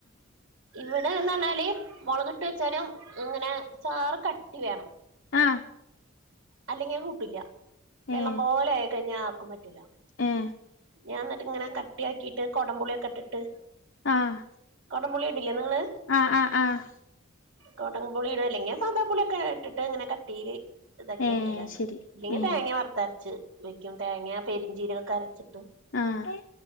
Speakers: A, on the right; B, on the left.
A: ഇവ്ടെന്ന്റഞ്ഞാല് മുളകിട്ട് വെച്ചാലും ഇങ്ങനെ ചാറ് കട്ടി വേണം.
B: ആഹാ
A: അല്ലെങ്കി അഹ് കൂട്ടില്യ വെള്ളം
B: ഏഹ്
A: പോലെ ആയികഴിഞ്ഞ ആർക്കും പറ്റില.
B: ഏഹ്
A: ഞാൻ ന്നട്ട്ങ്ങനെ കട്ടിയാക്കിട്ട് കൊടംപുളിയൊക്കെഇട്ടിട്ട്
B: ആഹ്
A: കൊടപുളി ഇട്ല്ലേ നിങ്ങള്
B: ആഹ് ആഹ് ആഹ്
A: കൊടം പുളിടും അല്ലെങ്കിൽ സാന്താപുളിയൊക്കെ ഇട്ടിട്ട് ഇങ്ങനെ കട്ടീയില് ഇതാക്കി
B: ഏഹ്
A: വെക്കലാ.
B: ശരി
A: ഇല്ലെങ്കിൽ
B: ഏഹ്
A: തേങ്ങ വറ്ത്തരച്ച് വെക്കും തേങ്ങ പെരിഞ്ചീരൊക്കെ അരച്ചിട്ട്
B: ആഹാ